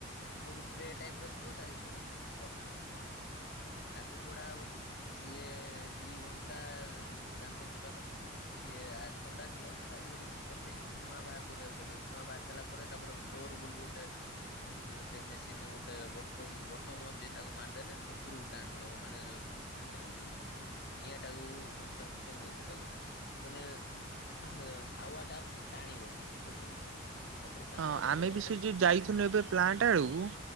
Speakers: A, on the left; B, on the right.
A: ସବୁ ଟ୍ରେ ଟାଇପ୍ ର ଥିବ ତାର ଭିତର ରଖାହବ। ତାକୁ ପୋଡ଼ା ହବ ସିଏ ଦି ଘଣ୍ଟା ଯାଙ୍କ ଟୋଟାଲ ସିଏ ଆଁ ଥଣ୍ଡା ଥିବ ନା ତା ଭିତରୁକୁ ପସେଇକି ଧୂଆଁ ବାହାର କରିବାକୁ ପଡିବ ଧୂଆଁ ବାହାରି ସରିଲା। ପରେ ତାପରେ ବ୍ଲୋର୍ ବୋଲି ଗୋଟେ।
B: <inaudible>
A: ଉଁଅଁ ସେ ମେସିନରେ ଗୋଟେ ବଟମ୍ ବଟମ୍ ଅଛି ତାକୁ ମାରିଦେନେ ଉପୁରୁକୁ ଟାଣି ନବ ମାନେ ଅଁମ୍ ଉଁ ନିଆଁ ଟାକୁ ସ କଁ କୁହନ୍ତୁ ସେଟାକୁ ମାନେ ହେ ହାୱା ଟା ଟାଣିବ ଉପୁରୁକୁ ଉପୋରୁକୁ ଟାଣିଲେ
B: ହଁ
A: ହେଟା
B: ଆମେ
A: ଧୀରେ
B: ବି
A: ଧୀରେ
B: ସେ ଯୋଉ
A: ନିଆଁ
B: ଯାଇଥିଲୁ ଏବେ ପ୍ଲାଣ୍ଟ <unintelligible>